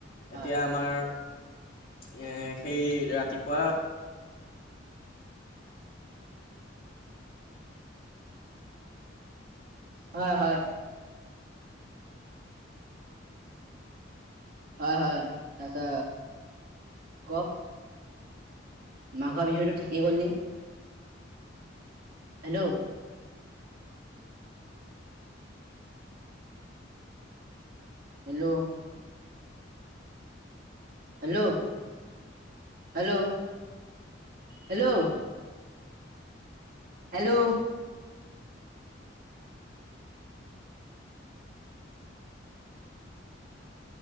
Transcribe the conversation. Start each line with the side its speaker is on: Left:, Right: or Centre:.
Left: এতিয়া
Right: অ
Left: আমাৰ এ সেই ৰাতিপুৱা
Right: <unintelligible> হয় হয় হয় হয় আচ্ছা কওক মাঘৰ বিহুতো থাকি গ'ল নি hello hello hello hello hello hello